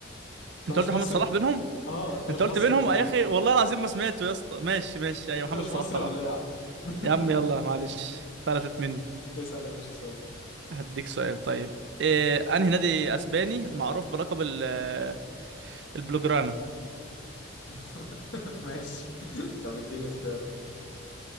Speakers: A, on the left; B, on the right.
A: انت
B: انت
A: مش
B: قلت محمد
A: مصري
B: صلاح بينهم
A: اه انت
B: انت
A: مش
B: قلت
A: مصري
B: بينهم
A: ولا
B: يا
A: ايه
B: اخي والله العظيم ما سمعته يا اسطى ماشي ماشي ايوه
A: انت
B: محمد
A: مش
B: صلاح
A: مصري
B: طبعا
A: ولا ايه يا عم <laughs>
B: يا عم يلا معلش فلتت مني
A: اسأل يا باشا سؤال
B: هديك سؤال طيب إيه انهي نادي اسباني معروف بلقب ال- آه، البلوجرانا
A: <laughs> ماشي طب اديني اختياره